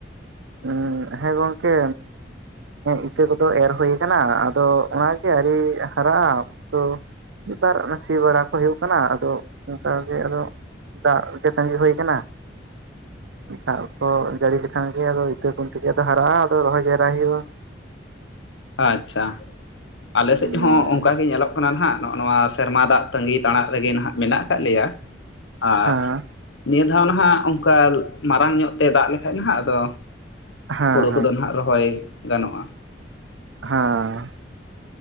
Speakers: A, on the right (about 80°); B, on the left (about 80°).
A: ᱮᱸ ᱦᱮᱸ ᱜᱚᱝᱠᱮᱼᱼ ᱤᱛᱟᱹ ᱠᱚᱫᱚ ᱮᱨ ᱦᱩᱭ ᱟᱠᱟᱱᱟ ᱟᱫᱚ ᱚᱱᱟᱜᱮ ᱟᱹᱨᱤ ᱦᱟᱨᱟᱜᱼᱟ ᱛᱚᱼᱼ ᱱᱮᱛᱟᱨ ᱚᱱᱟ ᱥᱤ ᱵᱟᱲᱟ ᱠᱚ ᱦᱩᱭᱩᱜ ᱠᱟᱱᱟ, ᱟᱫᱚ ᱚᱱᱠᱟᱜᱮ ᱟᱫᱚᱼᱼ ᱫᱟᱜ ᱜᱮ ᱛᱟᱸᱜᱤ ᱦᱩᱭ ᱟᱠᱟᱱᱟ, ᱫᱟᱜ ᱠᱚ ᱡᱟᱹᱲᱤ ᱞᱮᱠᱷᱟᱱᱼᱼ <unintelligible> ᱟᱫᱚ ᱤᱛᱟᱹ ᱠᱚ ᱩᱱᱛᱮ ᱫᱚ ᱦᱟᱨᱟᱜᱼᱟ ᱟᱫᱚ ᱨᱚᱦᱚᱭ ᱡᱟᱭᱨᱟ ᱦᱩᱭᱩᱜᱼᱟ᱾
B: ᱟᱪᱻᱪᱷᱟ ᱟᱞᱮ
A: ᱦᱮᱸ
B: ᱥᱮᱡ ᱦᱚᱸ ᱚᱱᱠᱟ ᱜᱮ ᱧᱮᱞᱚᱜ ᱠᱟᱱᱟ ᱱᱷᱟᱜ ᱱᱚᱜᱼᱱᱚᱣᱟ ᱥᱮᱨᱢᱟ ᱫᱟᱜ ᱛᱟᱺᱜᱤ ᱛᱟᱬᱟᱜ ᱨᱮᱜᱮ ᱱᱷᱟᱜ ᱢᱮᱱᱟᱜ ᱟᱠᱟᱜ ᱞᱮᱭᱟ᱾ ᱟᱨᱼᱼ
A: ᱦᱮᱸ
B: ᱱᱤᱭᱟᱹ ᱫᱷᱟᱣ ᱱᱷᱟᱜ ᱚᱱᱠᱟ ᱢᱟᱨᱟᱝ ᱧᱚᱜ ᱛᱮ ᱫᱟᱜ ᱞᱮᱠᱷᱟᱱ ᱱᱷᱟᱜ ᱟᱫᱚ
A: ᱦᱮᱸ
B: ᱦᱩᱲᱩ ᱠᱚᱫᱚ ᱱᱷᱟᱜᱼᱼ ᱨᱚᱦᱚᱭ ᱜᱟᱱᱚᱜᱼᱟ᱾
A: ᱦᱟᱸᱻ